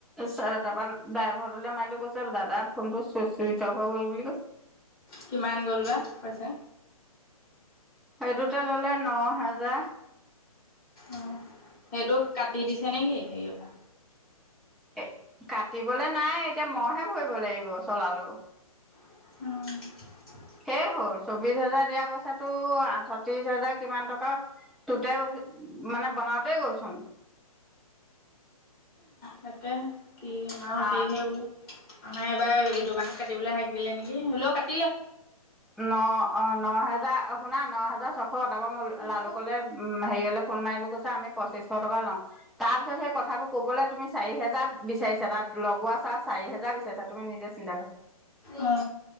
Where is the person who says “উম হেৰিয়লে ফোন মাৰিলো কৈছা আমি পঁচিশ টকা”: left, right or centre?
Centre